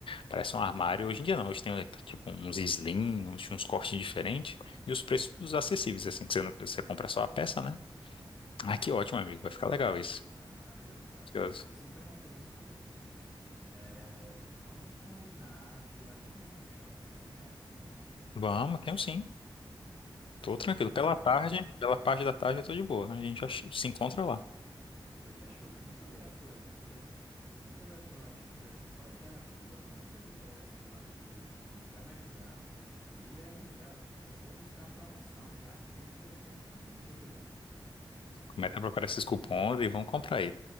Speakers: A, on the left (about 75°); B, in the centre.
A: Parece um armário. Hoje em dia não. Hoje tem, tipo, uns slim, uns, uns cortes diferentes. E os preços acessíveis, assim. Que você, não- você compra só a peça, né? Ah, que ótimo, amigo. Vai ficar legal isso.
B: Ah, é maravilhoso, maravilhoso.
A: Curioso.
B: Pois então vamos fazer o seguinte, é, vamos combinar de ir amanhã no shopping. Você tem tempo?
A: Vamos, tenho sim.
B: Pois
A: Tô
B: fechou
A: tranquilo. Pela
B: então,
A: tarde,
B: amigo.
A: pela parte da tarde eu tô de boa. A gente já se encontra lá.
B: Pois fechou. Muito obrigado pelas dicas, muito obrigado pela ajuda. Só ideia boa, muitas ideias que eu anotei aqui que vai me ajudar. E aí já, já vou buscar a promoção já com o look perfeito. Muito obrigado.
A: Começa a procurar esses cupons e vão comprar aí.